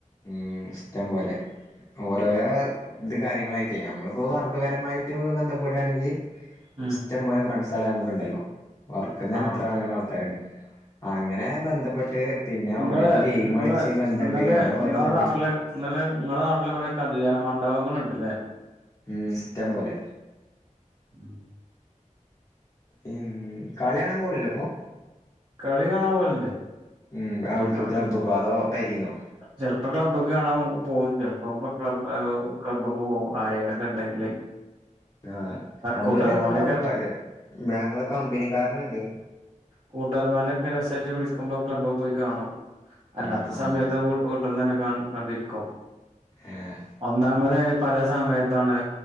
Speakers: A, on the left (about 25°); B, on the right (about 40°).
A: ഉം ഇഷ്ടം പോലെ ഓരോരോ ഇത് കാര്യങ്ങളായിട്ട് നമ്മളിപ്പോ വർഗ്ഗപരമായിട്ട് ബന്ധപ്പെട്ടാണെങ്കിൽ
B: ഉം
A: ഇഷ്ടംപലെ ഫ്രണ്ട്സ് ആ നമുക്കു ണ്ടല്ലോ വർക്ക തന്നെ
B: ആഹ്
A: എത്ര അങ്ങന ആൾക്കാര്ണ്ട് അങ്ങനെ ബന്ധപ്പെട്ട് പിന്നെ
B: ഇങ്ങള്
A: ഓനട്ട് ഗെയിം
B: ഇങ്ങള്
A: കളിച്ച് ബന്ധംണ്ട്
B: ഇന്നലെ
A: അങ്ങനെ
B: ഇങ്ങളെ
A: ബന്ധണ്ട്
B: നാട്ടില് ഇന്നലെ നിങ്ങളുടെ നാട്ടിൽ കുറെേ കല്യാണ മണ്ഡപങ്ങൾ ഉണ്ടല്ലേ
A: ഉം ഇഷ്ടം പോലെ
B: ഉം
A: ഉം കളി കാണാൻ പോണല്ലോ ഇപ്പൊ
B: കളി കാണൻ പോലെണ്ട്
A: ഉം അവിട്ക്ക്
B: ചിലപ്പോൾ
A: ക്ലബ്ബ്ക്കോ അതോ പെരീന്നോ
B: ചിലപ്പോൾ ക്ലബ് കാണാൻ പോകും ചിലപ്പോ ക്ലബ് ക്ലബ്ബൊക്കെ പോകും ആരെങ്കിലും ഒക്കെ ഉണ്ടെങ്കിൽ
A: ആ് നമ്മള്
B: കൂട്ടുകാരന്മാരൊക്കെ
A: എന്നും ക്ലബൊക്കപോകല് ഇ ഞങ്ങള് കമ്പനിക്കാരനുണ്ട്
B: കൂട്ടാരമാലൊക്കെ രസൈറ്റ് വിളിക്കുമ്പോ ക്ലബ്‌ പോയി കാണും അല്ലാത്ത
A: ആഹ്
B: സമയത്ത്
A: ആഹ്
B: വീട്ടന്ന് തന്നെ കണ്ടിരിക്കും
A: ഏഹ്
B: ഒന്നാമത അതിന് പല സമയത്താണ്